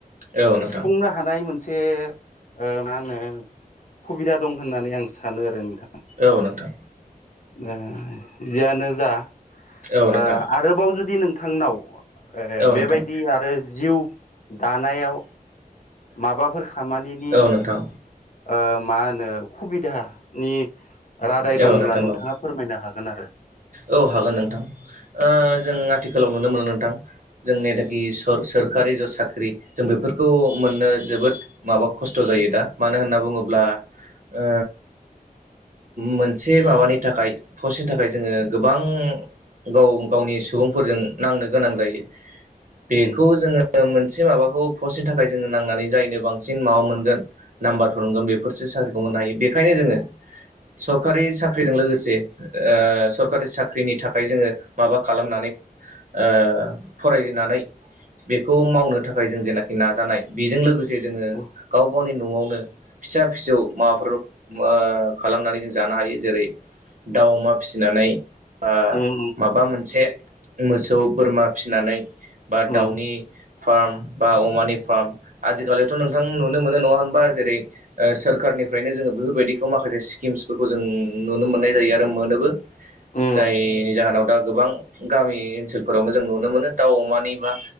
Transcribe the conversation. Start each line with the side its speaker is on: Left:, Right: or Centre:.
Right: औ नोंथां
Left: सुफुंनो हानाय मोन से ओ मा होनो हुबिदा दं होननानै आं सानो आरो नोंथां
Right: औ नोंथां
Left: ओ जियानो जा
Right: औ
Left: ओ
Right: नोंथां
Left: आरोबाव जुदि नोंथांनाव ओ
Right: औ
Left: बेबायदि
Right: नोंथां
Left: आरो जिउ दानाय माबाफोर खामानिनि
Right: औ नोंथां
Left: ओ मा होनो खुबिदा नि रादाय दंब्ला
Right: औ नोंथां
Left: नोंथाङा
Right: औ
Left: फोरमायनो हागोन आरो
Right: औ हागोन नोंथां ओ जों आथिखालाव नुनो मोनो नोंथां जों नेदाखि सर सोरकारि ज साख्रि जों बेफोरखौ मोननो जोबोद माबा खस्थ' जायो दा मानो होनना बुङोब्ला ओ मोनसे माबानि थाखाय पस्टनि थाखाय जोङो गोबां गाव गावनि सुबुंफोरजों नांनो गोनां जायो बेखौ
Left: उम
Right: जोङो मोन से माबाखौ पस्टनि थाखाय जोङो नांनानै जायनो बांसिन माबा मोनगोन नाम्बारफोर मोनगोन बेफोरसो साख्रिखौ मोन नो हायो बेखायनो जोङो सरकारि साख्रिजों लोगोसे ओ सरकारि साख्रिनि थाखाय जोङो माबा खालामनानै ओ फरायनानै बेखौ मावनो थाखाय जों जेनाखि नाजानाय बेजों लोगोसे जोङो
Left: उम
Right: गाव गावनि न'आवनो फिसा फिसौ माबाफोर मो खालामनानै जों जानो हायो जेरै दाउ अमा फिसिनानै ओ
Left: उम
Right: माबा मोनसे मोसौ बोरमा फिसिनानै बा
Left: उम
Right: दाउनि फार्म बा अमानि फार्म आजिखालिथ' नोंथां नुनो मोनो नङा होनबा जेरै ओ सोर कारनिफ्रायनो जोङो बैफोरबायदिखौ माखासे स्किम्सफोरखौ जों नुनो मोननाय जायो आरो मोनोबो
Left: उम
Right: जायनि जाहोनाव दा गोबां गामि ओनसोलफोरावनो जों नुनो मोनो दाउ अमा नि बा